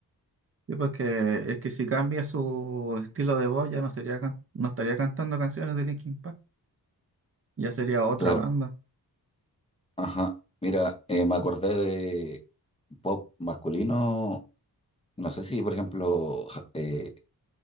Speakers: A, on the right; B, on the left.
A: Sí, pues que, es que si cambia su estilo de voz ya no sería can- no estaría cantando canciones de Linkin Park, ya sería otra
B: Claro,
A: banda.
B: ajá. Mira, eh, me acordé de pop masculino, no sé si, por ejemplo, ja- eh,